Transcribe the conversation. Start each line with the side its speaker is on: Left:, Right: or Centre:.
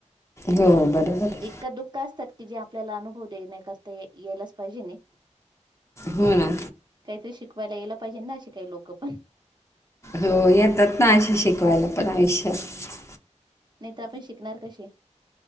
Left: हो, बरोबर आहे.
Right: एकां दुःखळ असतांत, की जे आपल्यांला अनुभव देण्यांकरतां यातलां चं पाहिजे.
Left: हो ना.
Right: कांहींतरी शिकव वांयला यांला पाहिजेे. कांहीं लोकं पणं
Left: हो, येतांत नां, अशी शिकवांयला पणं आयुष्यांत.
Right: नाहीं, तरं आपणं शिकणांर कशी?